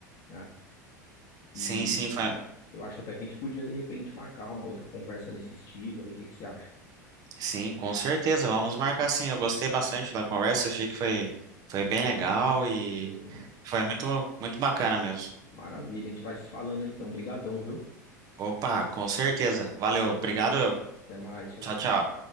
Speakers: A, on the left (about 50°); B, on the right (about 40°).
A: né? E
B: Sim, sim, fa-
A: e a- eu acho até que a gente podia, de repente, marcar uma outra conversa nesse estilo aí, o que que você acha?
B: sim, com certeza. Vamos marcar sim. Eu gostei bastante da conversa, achei que foi, foi bem legal e
A: Uhum.
B: foi muito, muito bacana mesmo.
A: Maravilha, a gente vai se falando então. Brigadão, viu?
B: Opa, com certeza. Valeu, obrigado.
A: Valeu.
B: eu.
A: Até mais, tchau,
B: Tchau,
A: tchau.
B: tchau.